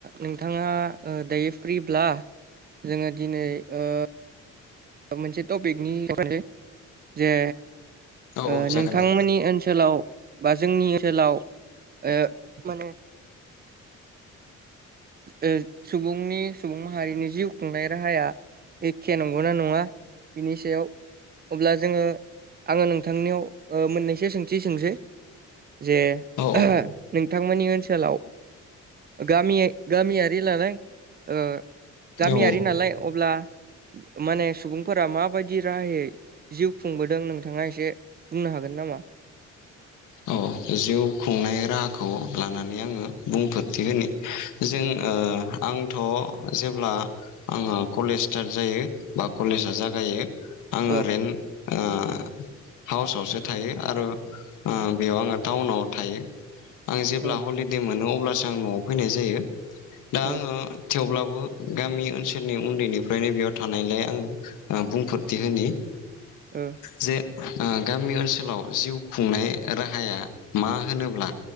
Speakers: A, on the right (about 30°); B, on the left (about 85°).
A: नोंथाङा ओ दायो फ्रिब्ला जोङो दिनै ओ मोनसे टपिकनि <inaudible> जे
B: औ
A: ओ
B: औ जागोन
A: नोंथांमोननि
B: दे
A: ओनसोलाव बा जोंनि ओनसोलाव ओ माने ओ सुबुंनि सुबुं माहारिनि जिउ खुंनाय राहाया एखे नंगौना नङा बिनि सायाव अब्ला जोङो आङो नोंथांनियाव मोननैसो सोंथि सोंसै जे
B: औ
A: नोंथांमोननि ओनसोलाव गामि गामियारि नालाय ओ गामियारि
B: औ
A: नालाय अब्ला माने सुबुंफोरा माबायदि राहायै जिउ खुंबोदों नोंथाङा एसे बुंनो हागोन नामा
B: अ जिउ खुंनाय राहाखौ लानानै आङो बुंफोरथि होनि जों ओ आंथ' जेब्ला आङो कलेज स्टार्ट जायो बा कलेजा जागायो आं आङो
A: औ
B: रेन्ट ओ हाउसावसो थायो आरो ओ बेयाव आङो टाउनाव थायो आं जेब्ला
A: औ
B: हलिदे मोनो अब्लासो आं न'वाव फैनाय जायो दा
A: औ
B: आङो थेवब्लाबो गामि ओनसोलनि उन्दैनिफ्रायनो बेयाव थानायलाय आङो बुंफोरथि होनि
A: ओ
B: जे ओ गामि ओनसोलाव जिउ खुंनाय राहाया मा होनोब्ला